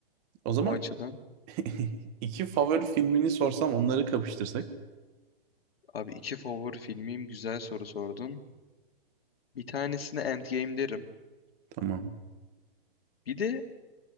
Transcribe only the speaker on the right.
O zaman
<laughs> iki favori filmini sorsam onları kapıştırsak.
Tamam.